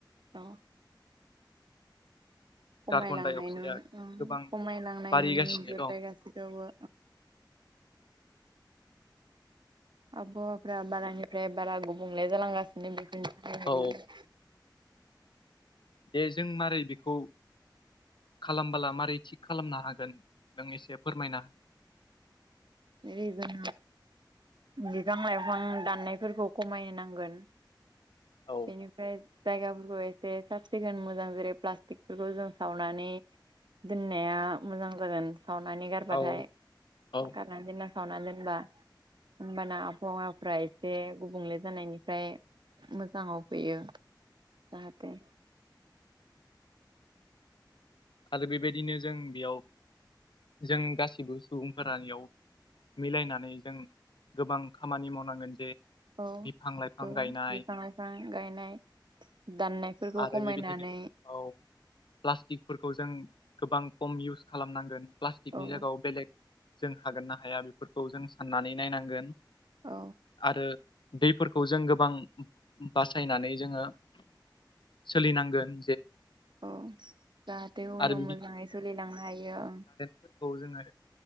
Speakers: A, on the right (about 75°); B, on the left (about 80°).
A: औ खमायलांनाय
B: कार्बन डाइ अक्साइडआ
A: नु
B: गोबां
A: खमायलांनाय
B: बारिगासिनो
A: नुनो मोनजोबबाय
B: दं
A: गासैखौबो। आबहावाफ्रा बारानिफ्राय बारा गुबुंले जालांगासिनो बेफोरनि थाखाय
B: औ दे जों मारै बेखौ खालामबोला मारै थिग खालामनो हागोन नों एसे फोरमायनो हो
A: जेनै जों बिफां लाइफां दाननायफोरखौ खमायनो नांगोन।
B: हो
A: बेनिफ्राय जायगाफोरखौ एसे साब सिखोन मोजां जेरै प्लास्टिकफोरखौ जों सावनानै दोननाया मोजां जागोन सावनानै गारबाथाय।
B: औ औ
A: <unintelligible> सावना दोनबा होमबाना आबहावाफ्रा एसे गुबुंले जानायनिफ्राय मोजां मोजाङाव फैयो जाहाथे
B: आरो बेबायदिनो जों बेयाव जों गासिबो सुबुंफोराइयाव मिलायनानै जों गोबां खामानि मावनांगोन जे
A: औ
B: बिफां लाइफां
A: ओं
B: गायनाय
A: बिफा लायफां गायनाय दाननाय बेफोरखौ
B: आरो
A: खमायनानै
B: बेबायदिनो औ प्लास्टिकफोरखौ जों गोबां खम इउस खालामनांगोन प्लास्टिकनि
A: औ
B: जायगायाव बेलेग जों हागोन ना हाया बेफोरखौ जों साननानै नायनांगोन
A: औ
B: आरो दैफोरखौ जों गोबां बासायनानै जोंङो सोलिनांगोन
A: अ जाहाथे उनाव
B: आरो
A: मोजाङै सोलिलांनो हायो ओं।
B: फोरखौ जोंङो